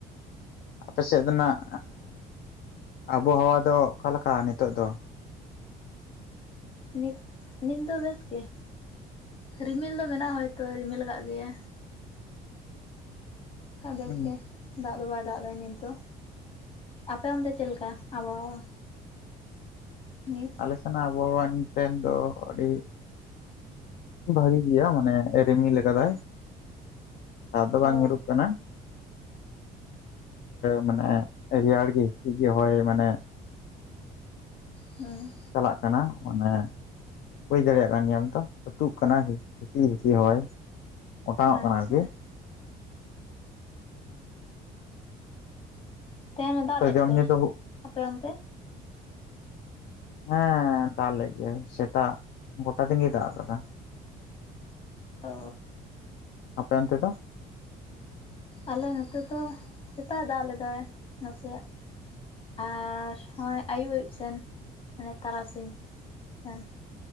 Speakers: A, on the left (about 65°); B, on the left (about 35°).
A: ᱟᱯᱮ ᱥᱮᱫ ᱨᱮᱱᱟᱜ ᱟᱵᱚᱦᱟᱣᱟ ᱫᱚ ᱚᱠᱟᱞᱮᱠᱟ ᱱᱤᱛᱚᱜ ᱫᱚ
B: ᱱᱤᱛ ᱱᱤᱛ ᱫᱚ ᱵᱮᱥ ᱜᱮ ᱨᱤᱢᱤᱞ ᱫᱚ ᱢᱮᱱᱟᱜᱼᱟ ᱦᱚᱭᱛᱚ ᱨᱤᱢᱤᱞ ᱠᱟᱜ ᱜᱮᱭᱟ ᱠᱟᱜ ᱵᱮᱥ
A: ᱦᱩᱸ
B: ᱜᱮ ᱫᱟᱜ ᱫᱚ ᱵᱟᱭ ᱫᱟᱜ ᱫᱟ ᱱᱤᱛ ᱫᱚ᱾ ᱟᱯᱮ ᱚᱱᱛᱮ ᱪᱮᱜ ᱞᱮᱠᱟ ᱟᱵᱚᱦᱟᱣᱟ ᱱᱤᱛ
A: ᱟᱞᱥᱮᱱᱟᱜ ᱟᱵᱚᱦᱟᱣᱟ ᱛᱮᱦᱮᱱ ᱫᱚ ᱟᱹᱰᱤ ᱵᱷᱟᱜᱤ ᱜᱮᱭᱟ ᱢᱟᱱᱮ ᱨᱤᱢᱤᱞ ᱟᱠᱟᱫᱟᱭ ᱫᱟᱜ ᱫᱚ ᱵᱟᱝ
B: ᱚ
A: ᱧᱩᱨᱩᱜ ᱠᱟᱱᱟ ᱢᱟᱱᱮ ᱨᱮᱭᱟᱨ ᱜᱮ ᱦᱤᱥᱤᱫ ᱜᱮ ᱦᱚ ᱢᱟᱱᱮ
B: ᱦᱩᱸ
A: ᱪᱟᱞᱟᱜ ᱠᱟᱱᱟ ᱢᱟᱱᱮ ᱵᱩᱡᱷ ᱫᱟᱲᱮᱭᱟᱜ ᱠᱟᱱ ᱜᱮᱭᱟᱢ ᱛᱚ ᱟᱹᱛᱩᱜ ᱠᱟᱱᱟ ᱦᱤᱥᱤᱜ ᱦᱤᱥᱤᱜ ᱦᱚᱭ ᱚᱴᱟᱝᱚᱜ
B: ᱟᱪᱪᱷᱟ
A: ᱠᱟᱱᱟ ᱟᱨᱠᱤ
B: ᱛᱟᱦᱮᱱᱟ ᱫᱟᱜ
A: ᱛᱚ
B: ᱞᱮᱫ
A: ᱡᱚᱢ
B: ᱛᱮ
A: ᱧᱩ ᱫᱚ
B: ᱟᱯᱮ ᱚᱱᱛᱮ
A: <unintelligible> ᱦᱮᱸ ᱫᱟᱜ ᱞᱮᱫ ᱜᱮᱭᱟᱭ ᱥᱮᱛᱟᱜ ᱜᱚᱴᱟ ᱫᱤᱱ ᱜᱮᱭ ᱫᱟᱜ ᱟᱠᱟᱫᱟ
B: ᱚ
A: ᱟᱯᱮ ᱚᱱᱛᱮ ᱫᱚ
B: ᱟᱞᱮ ᱱᱚᱛᱮ ᱫᱚ ᱥᱮᱛᱟᱜ ᱫᱟᱜ ᱞᱮᱫᱟᱭ ᱱᱟᱥᱮᱭᱟᱜ ᱟᱨ ᱦᱚᱸᱜᱼᱚᱭ ᱟᱹᱭᱩᱵ ᱟᱹᱭᱩᱵ ᱥᱮᱱ ᱢᱟᱱᱮ ᱛᱟᱨᱟᱥᱤᱧ ᱥᱮᱱ